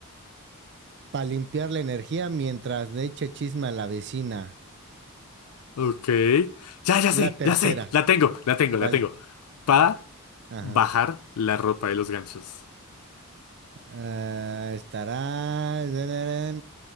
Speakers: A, on the right; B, on the left.
A: Para limpiar la energía mientras le eche chisme a la vecina.
B: ok. Ya, ya
A: La
B: sé,
A: tercera.
B: ya sé, la tengo, la tengo,
A: ¿Cuál?
B: la tengo. Pa
A: Ajá.
B: bajar la ropa de los ganchos.
A: Ah, estará.